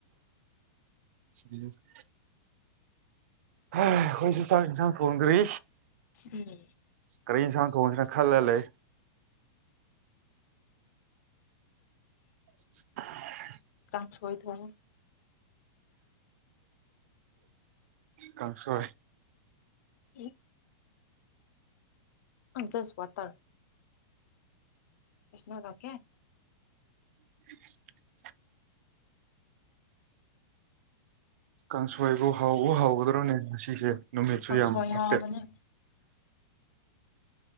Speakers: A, on the right (about 45°); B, on the left (about 50°).
A: <unintelligible> ꯍꯥ ꯑꯩꯈꯣꯏꯁꯨ ꯆꯥꯡ ꯏꯟꯁꯥꯡ ꯊꯣꯡꯗ꯭ꯔꯤ
B: ꯎꯝ
A: ꯀꯔꯤ ꯌꯦꯟꯁꯥꯡ ꯊꯣꯡꯁꯤꯂ ꯈꯜꯂꯒ ꯂꯩ <unintelligible>
B: ꯀꯥꯡꯁꯣꯏ ꯊꯣꯡꯉꯣ
A: ꯀꯥꯡꯁꯣꯏ
B: ꯎꯝ ꯖꯁ ꯋꯥꯇꯔ <unintelligible>
A: <unintelligible> ꯀꯥꯡꯁꯣꯏꯕꯨ ꯍꯥꯎꯕꯨ ꯍꯥꯎꯒꯗ꯭ꯔꯣꯅꯦ ꯉꯁꯤꯁꯦ ꯅꯨꯃꯤꯠꯁꯨ
B: ꯀꯥꯡꯁꯣꯏ
A: ꯌꯥꯝ ꯐꯠꯇꯦ
B: ꯍꯥꯎꯕꯅꯦ